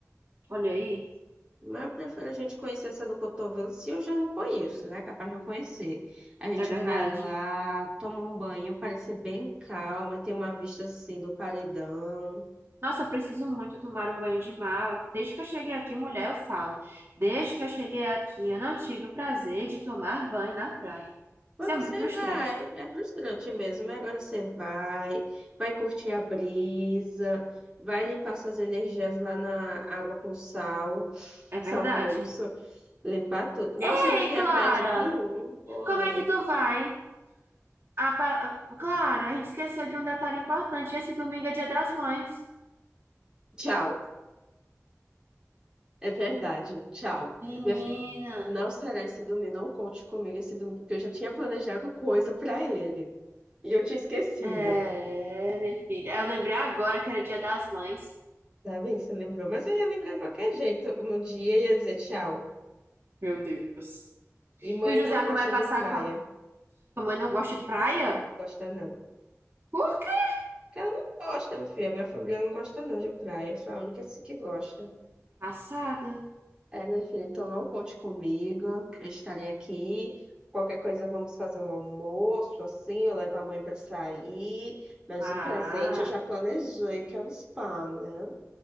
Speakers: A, on the right; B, on the right.
A: Olha aí,
B: Mas eu prefiro a gente conhecer essa do cotovelo, se eu já não conheço, né? Capaz de eu conhecer. A gente
A: é verdade.
B: vai lá, toma um banho, parece bem calma, tem uma vista assim do paredão.
A: Nossa, eu preciso muito tomar um banho de mar. Desde que eu cheguei aqui, mulher, eu falo. Desde que eu cheguei aqui, eu não tive o prazer de tomar banho na praia.
B: mas
A: Isso é
B: você
A: muito frustrante.
B: vai, é frustrante mesmo, mas agora você vai, vai curtir a brisa, vai limpar suas energias lá na água com sal, <laughs>
A: É
B: sal
A: verdade.
B: grosso, limpar tudo. Nossa,
A: Ei,
B: ainda tem
A: Clara,
B: a praia de Pium. Oi,
A: como é que tu vai? A pa- Clara, a gente esqueceu de um detalhe importante. Esse domingo é Dia das Mães.
B: tchau. É verdade, tchau.
A: Menina.
B: Minha fi- Não será esse domingo, não conte comigo esse domingo, porque eu já tinha planejado coisa pra ele. E eu tinha esquecido.
A: É, minha filha. Eu lembrei agora que era Dia das Mães.
B: Tá bem, você lembrou, mas eu ia lembrar de qualquer jeito. No dia eu ia dizer tchau.
A: Meu Deus.
B: E mãe
A: E o José,
B: não gosta
A: tu vai passar
B: de praia.
A: com a... Tua mãe não gosta de praia?
B: Gosta não.
A: Por quê?
B: Porque ela não gosta, minha filha. Minha família não gosta não de praia. Sou a única assim que gosta.
A: Passada.
B: É, minha filha, então não conte comigo. Eu estarei aqui. Qualquer coisa, vamos fazer um almoço, assim, eu levo a mãe pra sair. Mas
A: Ah,
B: o presente eu já planejei, que é o spa, né?